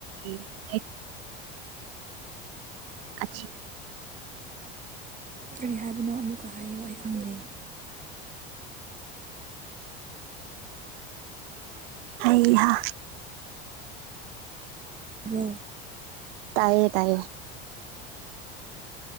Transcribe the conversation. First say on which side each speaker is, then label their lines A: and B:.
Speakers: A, on the right; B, on the right.
A: ꯏ <unintelligible> <unintelligible> ꯍꯥꯏ
B: ꯀꯔꯤ ꯍꯥꯏꯕꯅꯣ ꯑꯃꯨꯛꯀ ꯍꯥꯏꯌꯨ ꯑꯩ ꯈꯪꯗꯦ
A: ꯍꯩꯍꯥ
B: ꯇꯥꯕ꯭ꯔꯣ
A: ꯇꯥꯢꯌꯦ ꯇꯥꯏꯌꯦ